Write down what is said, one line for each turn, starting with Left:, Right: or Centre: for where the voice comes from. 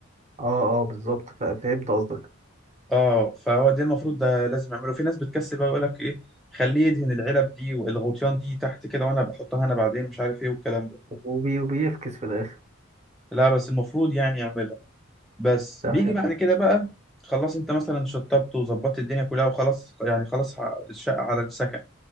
Right: اه اه بالظبط ف- فهمت قصدك
Centre: اه فهو ده المفروض ده لازم اعمله في ناس بتكسل بقى يقول لك ايه خليه يدهن العلب دي والغطيان دي تحت كده وانا بحطها انا بعدين مش عارف ايه والكلام ده
Right: وبي- وبيفكس في الاخر
Centre: لا بس المفروض يعني يعملها بس
Right: تمام
Centre: بيجي بعد كده بقى خلاص انت مثلا شطبت وظبطت الدنيا كلها وخلاص يعني خلاص ع- الشقة على السكن